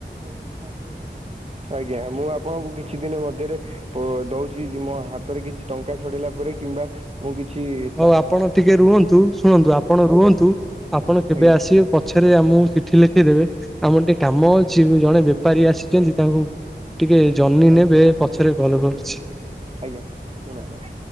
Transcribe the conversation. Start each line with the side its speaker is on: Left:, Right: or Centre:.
Right: ଆଜ୍ଞା ମୁଁ ଆପଣଙ୍କୁ କିଛି ଦିନ ମଧ୍ୟରେ ପୁଅ ଦଉଚି ମୋ ହାତରେ କିଛି ଟଙ୍କା ଛଡେଇଲା ପରେ, କିମ୍ବା ମୁଁ କିଛି ଇ
Centre: ହଉ ଆପଣ ଟିକେ ରୁହନ୍ତୁ, ଶୁଣନ୍ତୁ, ଆପଣ ରୁହନ୍ତୁ, ଆପଣ କେବେ
Right: ଆଜ୍ଞା
Centre: ଆସିବେ କ ପଛରେ ଆମକୁ ଚିଠି ଲେଖିଦେବେ, ଆମର ଟିକେ କାମ ଅଛି, ଜଣେ ବେପାରୀ ଆସିଚନ୍ତି, ତାଙ୍କୁ ଟିକେ ଜହ୍ନି
Right: ଆଜ୍ଞା
Centre: ନେବେ, ପଛରେ କଲ୍ କରୁଚି।
Right: ଆଜ୍ଞା ଶୁଣାଗଲା।